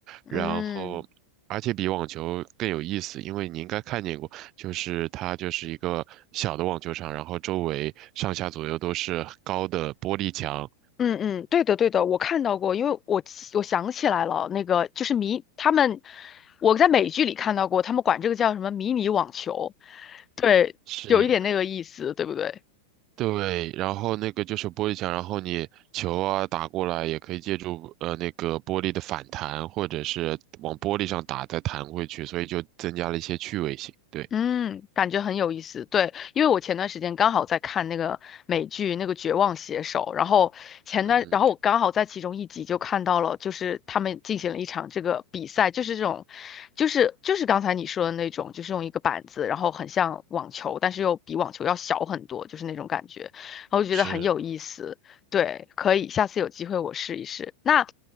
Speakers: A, on the left; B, on the right.
A: 嗯
B: 然后，而且比网球更有意思，因为你应该看见过，就是它就是一个小的网球场，然后周围上下左右都是高的玻璃墙，
A: 嗯嗯，对的对的，我看到过，因为我记我想起来了，那个就是迷他们，我在美剧里看到过，他们管这个叫什么迷你网球，对，
B: 是
A: 有一点那个意思，对不对？
B: 对，然后那个就是玻璃墙，然后你球啊打过来也可以借助呃那个玻璃的反弹，或者是往玻璃上打再弹回去，所以就增加了一些趣味性。对，
A: 嗯，感觉很有意思。对，因为我前段时间刚好在看那个美剧那个《绝望写手》，然后前段，
B: 嗯哼，
A: 然后我刚好在其中一集就看到了，就是他们进行了一场这个比赛，就是这种，就是就是刚才你说的那种，就是用一个板子，然后很像网球，但是又比网球要小很多，就是那种感觉，然后我就觉得很有意思。
B: 是。
A: 对，可以，下次有机会我试一试。那